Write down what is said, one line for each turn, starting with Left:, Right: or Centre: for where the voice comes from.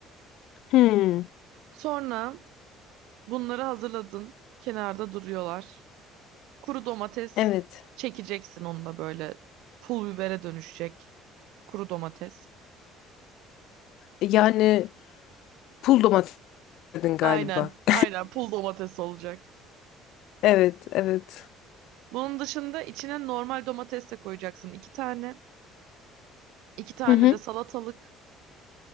Left: hmm,
Right: Sonra bunları hazırladın. Kenarda duruyorlar. Kuru domates
Left: evet.
Right: çekeceksin onu da böyle pul bibere dönüşecek. Kuru domates.
Left: E, Yani pul domates dedin galiba.
Right: Aynen,
Left: <laughs>
Right: aynen pul domates olacak.
Left: Evet, evet.
Right: Bunun dışında içine normal domates de koyacaksın. iki tane. iki tane
Left: Hı hı,
Right: de salatalık.